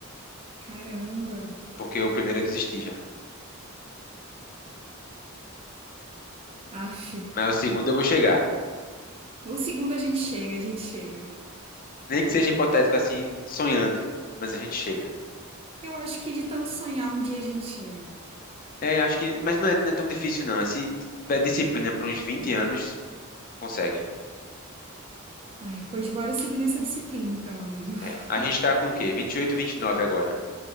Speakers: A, on the right; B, on the left.
A: Caramba,
B: porque o primeiro eu desisti já.
A: aff.
B: Mas o segundo eu vou chegar.
A: O segundo a gente chega, a gente chega.
B: Nem que seja hipotético assim, sonhando, mas a gente chega.
A: Eu acho que de tanto sonhar, um dia a gente chega.
B: É, acho que, mas não é, não é tão difícil não. É Se tiver disciplina por uns 20 anos, Consegue.
A: Ai, pois bora seguir nessa disciplina então, amigo. <laughs>
B: É. A gente tá com o quê? vinte vinte e oito vinte e nove agora.